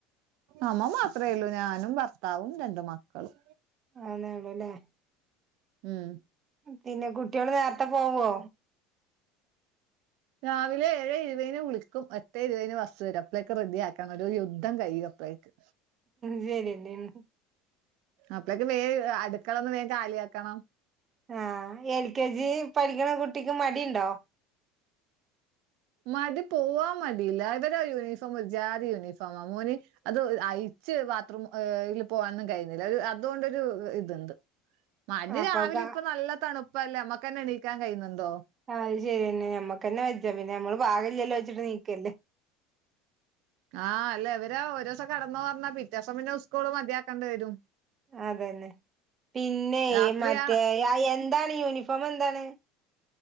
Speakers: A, on the right; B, on the right.
A: അമ്മ മാത്രേള്ളു ഞാനും ഭർത്താവും രണ്ട് മക്കളും.
B: അഎന്നേള്ളൂ ലെ.
A: ഉം.
B: ഉം പിന്നെ കുട്ട്യാള് നേര്ത്തെ പോവോ.
A: രാവിലെ ഏഴേ ഇരുവേന് വിളിക്കും എട്ടേ ഇരുപേന് ബസ്സ് വരും അപ്ലേക്ക് റെഡിയാക്കങ്ങട് ഒരു യുദ്ധം കയ്യും അപ്പഴേ ക്ക്.
B: ശര്യന്നെണ്.
A: അപ്പളേക്ക് വേ അടുക്കളൊന്ന് വേ കാലിയാക്കണം.
B: ആഹ് എൽ കെ ജി പഠിക്കണ കുട്ടിക്ക് മടിണ്ടോ.
A: മടി പോവാ മടിയില്ല ഇവരെ യൂണിഫോം ഒര് ജാതി യൂനിഫോമാ മോന്. അത് ഒ അയിച്ച് ബാത്റൂം ഏഹ് ൽ പോവാനൊന്നും കഴിയ്ന്നില്ല രു അതുകൊണ്ടൊരു ഇത്ണ്ട്. മടി
B: അപ്പൊ
A: രാവിലെ
B: അത്
A: ഇപ്പൊ നല്ല തണുപ്പല്ലേ നമ്മക്കെന്നെ എണീക്കാൻ കഴിയുന്നുണ്ടോ.
B: അഹ് ശെര്യന്നെ ഞമ്മക്കെന്നെ വെജ്ജ പിന്നെ നമ്മള് പാകില്ലല്ലോ വെച്ചിട്ട് നീക്കല്ലേ.
A: ആഹ് അല്ല ഇവര് ഒരോസം കട്ന്നോ പർഞ്ഞാ പിറ്റോസം പിന്നെ ഉസ്കൂള് മതിയാക്കണ്ടി വരും.
B: അതന്നെ പിന്നെയ്
A: രാത്രിയാ
B: മറ്റേ യ എന്താണ് യൂനിഫോമെന്താണ്.